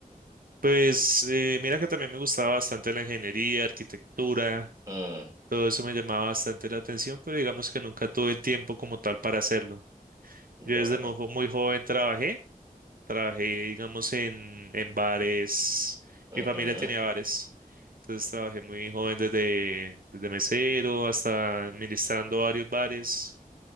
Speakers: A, on the right; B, on the right.
A: Pues eh, mira que también me gustaba bastante la ingeniería, arquitectura,
B: Mm,
A: todo eso me llamaba bastante la atención, pero digamos que nunca tuve el tiempo como tal para hacerlo.
B: bueno,
A: Yo desde muy, jo- muy joven trabajé, trabajé digamos en, en bares,
B: ujú,
A: mi familia tenía bares, entonces trabajé muy joven desde, desde mesero hasta administrando varios bares